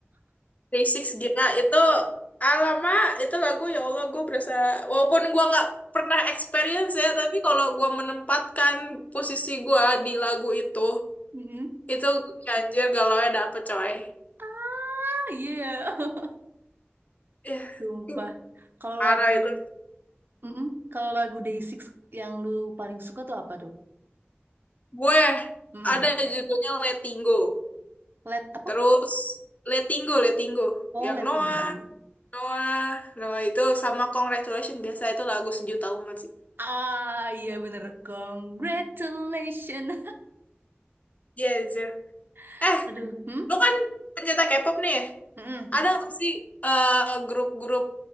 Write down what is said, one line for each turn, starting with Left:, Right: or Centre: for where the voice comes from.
Left: Day6 gila itu alamak itu lagu ya Allah gue berasa walaupun gue nggak pernah experience ya tapi kalau gue menempatkan posisi gue di lagu itu
Right: Mm-mm.
Left: Itu ganjir galaunya dapet coy.
Right: Ah, iya. <laughs>
Left: Ya,
Right: Sumpah.
Left: ih,
Right: Kalau
Left: parah
Right: lagu,
Left: itu.
Right: mm-mm. Kalau lagu Day6 yang lu paling suka tuh apa tuh?
Left: Gue
Right: Mm-mm.
Left: ada judulnya Letting Go.
Right: Let apa?
Left: Terus Letting Go, Letting Go.
Right: Oh,
Left: Yang
Right: Letting
Left: Noah,
Right: Go.
Left: Noah, Noah itu sama Congratulations. Biasa itu lagu sejuta umat sih.
Right: Ah, iya bener. Congratulations.
Left: Iya, iya.
Right: <laughs>
Left: Eh,
Right: Aduh, hmm?
Left: lu kan pencinta K-pop nih.
Right: Mm-mm,
Left: Ada nggak sih eh, grup-grup